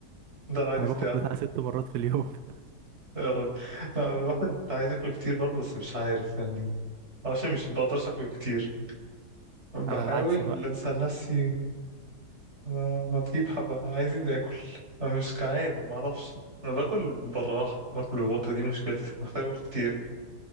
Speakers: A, on the right; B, on the right.
A: ده العادي
B: انا
A: بتاعه
B: باكل بتاع ست مرات في اليوم <laughs>
A: يا راجل لا الواحد عايز ياكل كتير برضه بس مش عارف يعني عشان مش بقدرش اكل كتير بحاول
B: انا العكس بقى
A: انسى نفسي ما, ما تجيب حبة عايزين ناكل انا مش جعان ما اعرفش انا باكل بالراحة باكل ببطء دي مشكلتي محتاج اكل كتير